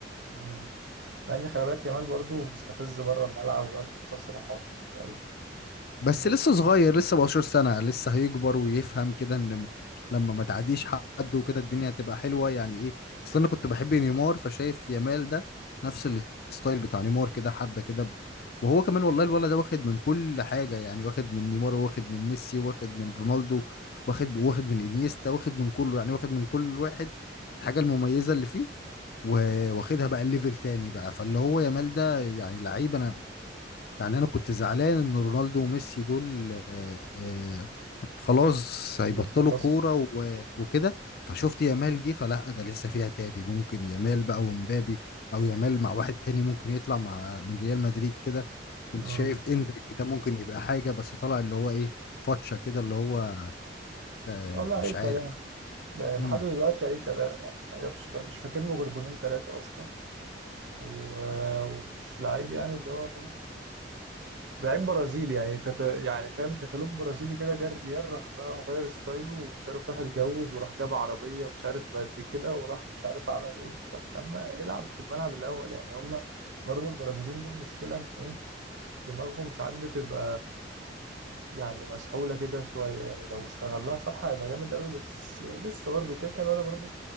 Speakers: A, on the right; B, on the left.
A: مم. مع ان خلي بالك يامال برضه مستفز بره الملعب ويقعد يجيب تصريحات مش عارف ايه
B: بس
A: بس
B: لسه صغير
A: يعني
B: لسه 17 سنة لسه هيكبر ويفهم كده ان م- لما ما تعديش حد وكده الدنيا هتبقى حلوة يعني ايه اصل انا كنت بحب نيمار فشايف يامال ده نفس الستايل بتاع نيمار كده حبة كده ب- وهو كمان والله الولد ده واخد من كل حاجة يعني واخد من نيمار واخد من ميسي واخد من رونالدو واخد واخد من انيستا واخد من كله يعني واخد من كل واحد الحاجة المميزة اللي فيه و- واخدها بقى الليفل تاني بقى فاللي هو يامال ده يعني لعيب انا يعني انا كنت زعلان ان رونالدو وميسي دول آه، آه، خلاص هيبطلوا
A: بيخلصها
B: كوره و- وكده فشفت يامال جه فلا ده لسه فيها تاني ممكن يامال بقى ومبابي او يامال مع واحد تاني ممكن يطلع مع من ريال مدريد كده كنت
A: امم
B: شايف اندريك ده ممكن يبقى حاجه بس طلع اللي هو ايه فاتشه كده اللي هو آه،
A: والله
B: مش
A: اي كلام
B: عارف
A: يعني لحد
B: امم
A: دلوقتي اي كلام يعني ما جابش غير- مش فاكر له غير جونين ثلاثة اصلا و- ومش لعيب يعني اللي هو لعيب برازيلي يعني كت... يعني فاهم كتالوج برازيلي كده جه الريال راح بقى مغير ستايله ومش عارف راح اتجوز وراح جاب عربية مش عارف بقد كده وراح مش عارف عمل ايه وبتاع. طب كان ما يلعب في الملعب الأول يعني هم برضو البرازيليين دول مشكلة ان ايه دماغهم ساعات بتبقى يعني مسحولة كده شوية يعني لو استغلها صح هيبقى جامد قوي بس لسه برضو كده كده ولا برضو